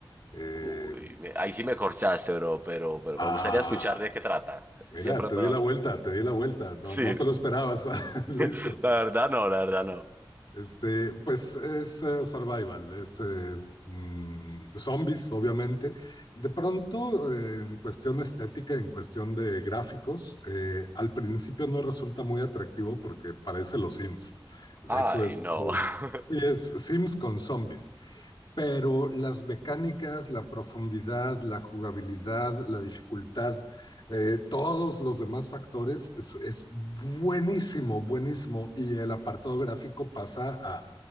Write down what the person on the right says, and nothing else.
Uy, me- ahí sí me corchaste, bro, pero, pero
me gustaría escuchar de qué trata.
Siempre
es bueno
hablar.
Sí,
<laughs>
la verdad no, la verdad no.
Ay,
no.
<laughs>